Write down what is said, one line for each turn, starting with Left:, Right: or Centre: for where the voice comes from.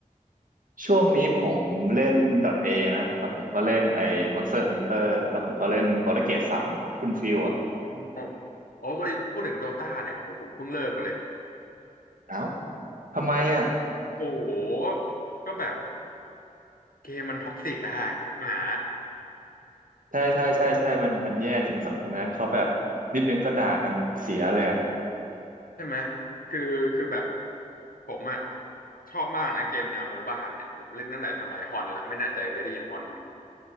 Right: <laughs> ช่วงนี้ผมเล่น .A นะแล้วผมก็เล่นไอ้ Monster Hunter แล้วผมก็เล่น Baldur's Gate สามคุณฟิลอ่ะ
Left: อืมโอ้ยพูดถึงโดตาเนี่ยโอ้โหผมเพิ่งเลิกไปเลย
Right: เอ้าทำไมอ่ะ
Left: <laughs> โอ้โหก็แบบเกมมันท็อกซิกอะเกมหมา
Right: ใช่ใช่ใช่ใช่มันมันแย่จริงสังคมนั้นเขาแบบนิดนึงก็ด่ากันเสียเลยอะ
Left: ใช่ไหม คือคือแบบผมอะชอบมากนะเกมแนวโมบ้าเนี่ย ผมเล่นตั้งแต่สมัยฮอนละไม่แน่ใจเคยได้ยินฮอนไหม